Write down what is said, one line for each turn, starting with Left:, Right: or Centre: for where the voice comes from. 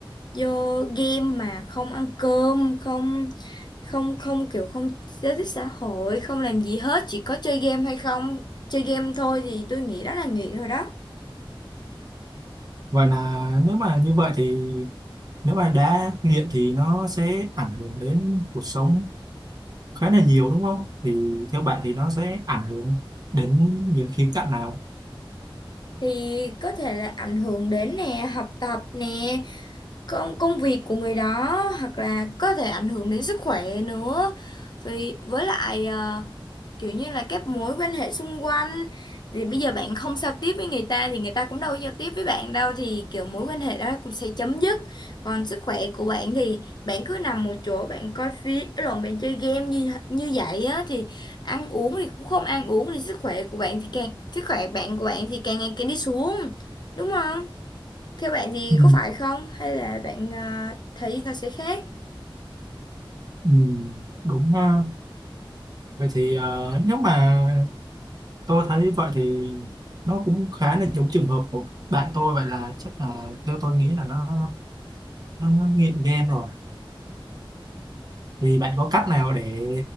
Left: vô game mà không ăn cơm không không không kiểu không giao tiếp xã hội không làm gì hết chỉ có chơi game hay không chơi game thôi thì tôi nghĩ đó là nghiện rồi đó
Right: Và là nếu mà như vậy thì nếu mà đã nghiện thì nó sẽ ảnh hưởng đến cuộc sống khá là nhiều đúng không? Thì theo bạn thì nó sẽ ảnh hưởng đến những khía cạnh nào?
Left: thì có thể là ảnh hưởng đến nè học tập nè công công việc của người đó hoặc là có thể ảnh hưởng đến sức khỏe nữa vì với lại ờ, kiểu như là các mối quan hệ xung quanh thì bây giờ bạn không giao tiếp với người ta thì người ta cũng đâu có giao tiếp với bạn đâu thì kiểu mối quan hệ đó cũng sẽ chấm dứt còn sức khỏe của bạn thì bạn cứ nằm một chỗ bạn coi phim lộn bạn chơi game như như vậy á thì ăn uống thì cũng không ăn uống thì sức khỏe của bạn thì càng sức khỏe bạn của bạn thì càng ngày càng đi xuống đúng không theo bạn thì
Right: Ừ.
Left: có phải không hay là bạn à, thấy nó sẽ khác
Right: Ừ, đúng ha. Vậy thì ờ, nếu mà tôi thấy vậy thì nó cũng khá là giống trường hợp của bạn tôi vậy là chắc là theo tôi nghĩ là nó nó, nó nghiện game rồi thì bạn có cách nào để